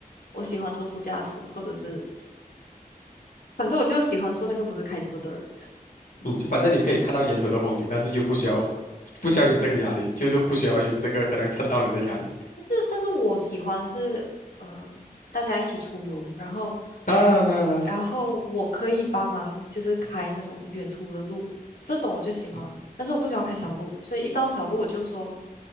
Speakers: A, on the left (about 85°); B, on the left (about 65°).
A: 我喜欢坐副驾驶，或者是反正我就喜欢坐那个不是开车的人。
B: 嗯，就反正你可以看到沿途的风景，但是就不需要不需要有这个压力，就是不需要有这个可能蹭到人的压力。
A: 但是，但是我喜欢的是，嗯、大家一起出游，然后，
B: 当然啦，当然啦，
A: 然后我可以帮忙，就是开那种远途的路，这种我就喜欢。
B: 嗯，
A: 但是我不喜欢开小路，所以一到小路我就说，